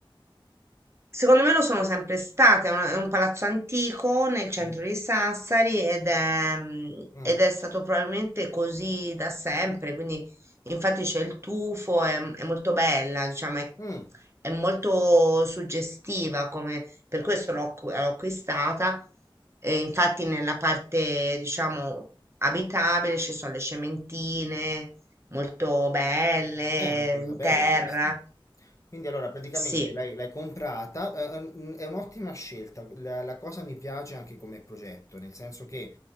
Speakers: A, on the right; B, on the left.
A: Secondo me lo sono sempre state, è un, è un palazzo antico nel centro
B: Mm.
A: di Sassari ed è, mm,
B: Mm.
A: ed è stato probabilmente così da sempre, quindi infatti c'è il tufo, è, è molto bella, diciamo, è,
B: Mm.
A: è molto suggestiva, come, per questo l'ho acqu- l'ho acquistata, e infatti nella parte, diciamo, abitabile ci sono le cementine molto belle,
B: È una cosa
A: in
B: bella
A: terra,
B: questa. Quindi allora praticamente
A: sì.
B: l'hai l'hai comprata, eh, mm, è un'ottima scelta, la, la cosa mi piace anche come progetto, nel senso che